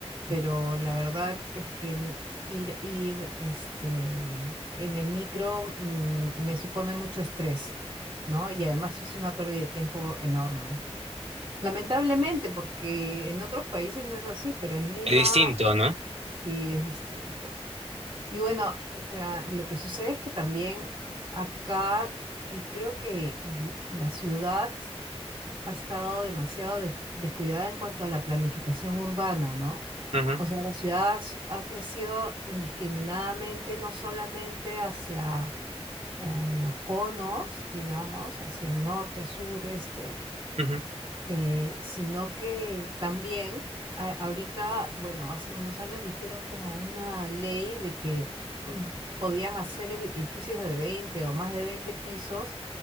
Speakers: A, on the right; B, on the right.
A: Pero la verdad es que n- ir, ir este, en el micro mm, me supone mucho estrés, ¿no? Y además es una pérdida de tiempo enorme. Lamentablemente, porque en otros países no es así, pero en Lima
B: Es distinto, ¿no?
A: sí es distinto. Y bueno, ah, lo que sucede es que también acá, y creo que el- la ciudad ha estado demasiado des- descuidada en cuanto a la planificación urbana, ¿no?
B: Ujú,
A: O sea, la ciudad s- ha crecido indiscriminadamente, no solamente hacia eh, los conos, digamos, hacia el norte, sur, este,
B: ujú,
A: eh, sino que también a- ahorita, bueno, hace unos años hicieron como una ley de que <clears throat> podían hacer edificios de 20 o más de 20 pisos